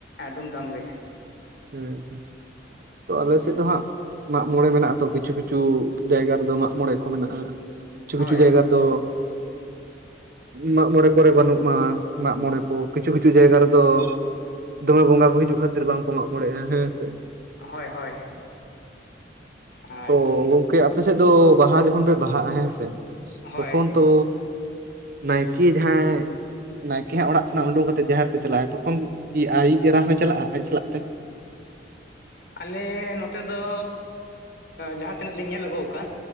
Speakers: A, on the left; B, on the right.
A: ᱫᱷᱩᱢᱫᱷᱟᱢ ᱜᱮ᱾
B: ᱦᱮᱸ ᱛᱚ ᱟᱞᱮ ᱥᱮᱫ ᱫᱚ ᱦᱟᱸᱜ ᱢᱟᱜ ᱢᱚᱬᱮ ᱢᱮᱱᱟᱜ ᱟᱛᱚ ᱠᱤᱪᱷᱩ ᱠᱤᱪᱷᱩ ᱡᱟᱭᱜᱟ ᱢᱟᱜ ᱢᱚᱬᱮ ᱠᱚ ᱢᱮᱱᱟᱜᱼᱟ ᱠᱤᱪᱷᱩ
A: ᱦᱳᱭ
B: ᱠᱤᱪᱷᱩ ᱡᱟᱭᱜᱟ ᱫᱚ ᱢᱟᱜᱢᱚᱬᱮ ᱠᱚᱨᱮ ᱵᱟᱹᱱᱩᱜ ᱢᱟ ᱢᱟᱜᱢᱚᱬᱮ ᱠᱚ ᱠᱤᱪᱷᱩ ᱠᱤᱪᱷᱩ ᱡᱟᱭᱜᱟ ᱨᱮᱫᱚ ᱫᱚᱢᱮ ᱵᱚᱸᱜᱟ ᱠᱚ ᱦᱤᱡᱩᱜ ᱠᱷᱟᱹᱛᱤᱨ ᱵᱟᱝ ᱠᱚ ᱢᱟᱜ ᱢᱚᱬᱮᱜᱼᱟ ᱦᱮᱸ ᱥᱮ᱾
A: ᱦᱳᱭ ᱦᱳᱭ ᱟᱪᱪᱷᱟ
B: ᱛᱚ ᱜᱚᱝᱠᱮ ᱟᱯᱮ ᱥᱮᱫ ᱫᱚ ᱵᱟᱦᱟ ᱡᱚᱠᱷᱚᱱ ᱯᱮ ᱵᱟᱦᱟᱜᱼᱟ ᱦᱮᱸᱥᱮ
A: ᱦᱳᱭ
B: ᱛᱚᱠᱷᱚᱱ ᱛᱚ ᱱᱟᱭᱠᱮ ᱡᱟᱦᱟᱸᱭ ᱱᱟᱭᱠᱮ ᱦᱟᱜ ᱚᱲᱟᱜ ᱠᱷᱚᱱᱟᱜ ᱩᱰᱩᱝ ᱠᱟᱛᱮᱫ ᱡᱟᱦᱮᱨ ᱛᱮ ᱪᱟᱞᱟᱜ ᱟᱭ ᱛᱚᱠᱷᱚᱱ ᱟᱭᱤᱡ ᱮᱨᱟ ᱦᱚᱭ ᱪᱟᱞᱟᱜᱼᱟ ᱟᱭ ᱥᱟᱞᱟᱜ ᱛᱮ?
A: ᱟᱞᱮ ᱱᱚᱛᱮ ᱫᱚ ᱡᱟᱦᱟᱸ ᱛᱤᱱᱟᱹᱜ ᱞᱤᱧ ᱧᱮᱞ ᱟᱹᱜᱩ ᱟᱠᱟᱫ